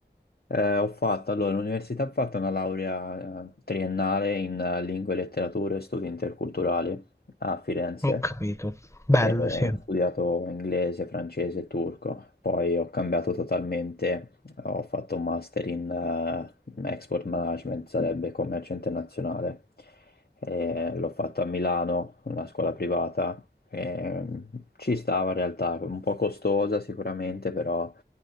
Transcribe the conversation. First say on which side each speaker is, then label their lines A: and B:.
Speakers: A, on the left; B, on the left.
A: eh, ho fatto, allora, l'università ha fatto una laurea eh, triennale in eh, lingue, e letterature e studi interculturali a Firenze.
B: Ho capito. Bello,
A: E ho
B: sì.
A: studiato inglese, francese e turco, poi ho cambiato totalmente, ho fatto un master in eh, export management, sarebbe commercio internazionale. E l'ho fatto a Milano, una scuola privata. E, mm, ci stava in realtà, un po' costosa sicuramente, però